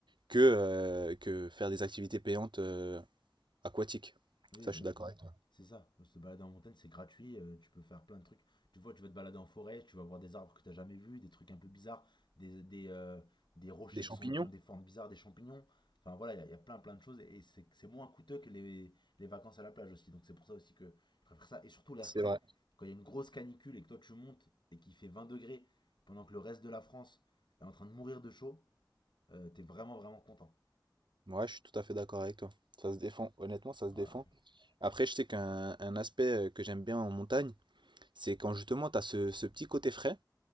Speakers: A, on the right; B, on the left.
A: que, euh, que faire des activités payantes euh, aquatiques.
B: Oui,
A: Ça,
B: bah
A: je suis
B: oui,
A: d'accord. avec toi.
B: c'est ça. Se balader en montagne, c'est gratuit, heu, tu peux faire plein de trucs. Tu vois, tu vas te balader en forêt, tu vas voir des arbres que t'as jamais vus, des trucs un peu bizarres, des des, heu, des rochers
A: Des champignons,
B: qui sont qui ont des formes bizarres, des champignons. Enfin voilà, il y a il y a plein, plein de choses et c'est c'est moins coûteux que les les vacances à la plage aussi. Donc c'est pour ça aussi que je préfère ça et surtout l'air
A: c'est
B: frais.
A: vrai.
B: Quand il y a une grosse canicule et que toi tu montes et qu'il fait 20 degrés pendant que le reste de la France est en train de mourir de chaud, heu, tu vraiment, vraiment content.
A: Ouais, je suis tout à fait d'accord avec toi. Ça se défend, honnêtement, ça se
B: Ouais,
A: défend. Après, je sais qu'un un aspect euh, que j'aime bien en montagne, c'est quand justement tu as ce, ce petit côté frais,